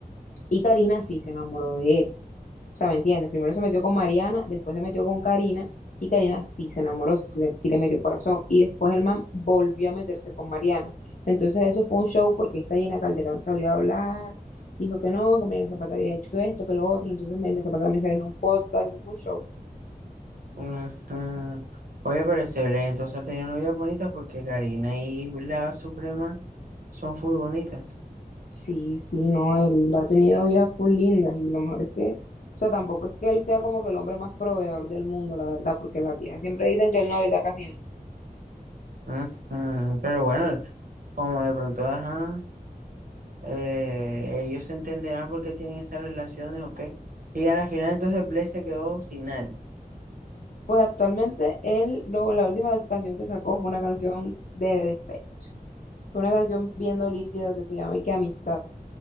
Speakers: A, on the left (about 60°); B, on the right (about 65°).
A: Y Karina sí se enamoró de él. O sea, ¿me entiendes? Primero se metió con Mariana, después se metió con Karina y Karina sí se enamoró, sí le, sí le metió corazón. Y después el man volvió a meterse con Mariana. Entonces eso fue un show porque esta Gina Calderón salió a hablar, dijo que no, que Mariana Zapata había hecho esto, que lo otro. Entonces Mariana Zapata también salió en un podcast, eso fue un show.
B: ujú. Oye, pero excelente, entonces ha tenido novias bonitas porque Karina y la Suprema son full bonitas.
A: Sí, sí, no, él ha tenido vidas full lindas y lo mejor es que... O sea, tampoco es que él sea como que el hombre más proveedor del mundo, la verdad, porque las viejas siempre dicen que él no les da casi nada.
B: Ujú, Pero bueno, como de pronto, ajá, eh, ellos se entenderán por qué tienen esas relaciones o qué. Y a la final entonces Bless se quedó sin nadie.
A: Pues actualmente él, lo, la última canción que sacó fue una canción de despecho, fue una canción bien dolida que se llama Y que amistad.